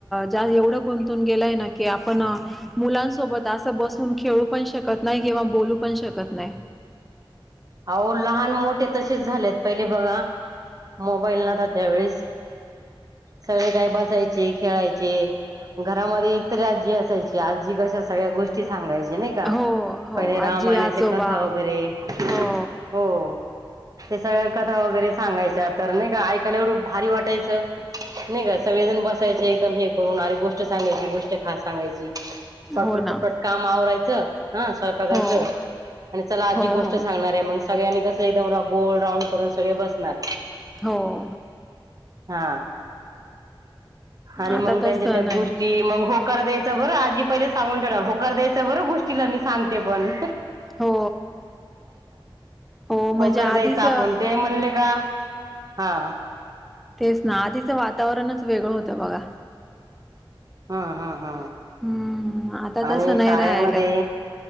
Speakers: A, in the centre; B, on the right (about 40°).
A: ज एवढं गुंतून गेलाय ना की आपण मुलांसोबत असं बसून खेळू पणं शकतं नाही किंवा बोलू पणं शकत <unintelligible> नाही.
B: अहो लहान मोठे तसेच झालेत पहिले बघा. मोबाईल नव्हता त्यावेेळेस सगळे काही बसायचे, खेळायचे. घरामध्ये एकतरी आजी असायची आजी कशा सगळ्या गोष्टी सांगायच्या. नाही का
A: हो हो
B: पहिले रामायणाच्या
A: आजी आजोबा
B: कथा वगैरे
A: हो
B: हो. ते सगळ्या कथा वगैरे सांगायच्या तर नाही का ऐकायला एवढं भारी वाटायचं. नाही का सगळेजण बसायचे एकदम हे करून अरे गोष्ट सांगायची गोष्ट खास सांगायची. पट
A: हो
B: -पट
A: ना
B: पट-पट काम आवरायचं. हा स्वयंपाकाचं
A: हो
B: आणि चला आजी
A: हो
B: गोष्ट
A: हो
B: सांगणारं. सगळ्यांनी कस एकदम गोल राऊंड करून सगळे बसणार.
A: हो
B: हा आणि मग
A: आता तर
B: त्यांच्या
A: सण
B: त्या
A: आहे
B: गोष्टी मग होकार द्यायचं बरं आजी पहिले सांगून ठेवणार होकर द्यायचं बरं गोष्टीला मी सांगते पण.
A: हो. हो म्हणजे
B: होकर
A: आधीच
B: द्यायचा आपण ते म्हणले का? हा.
A: तेच ना आधीचं वातावरणच वेगळं होतं बघा.
B: ह ह ह.
A: हम्म आता
B: आणि
A: तसं नाही
B: शाळेमध्ये
A: राहिलय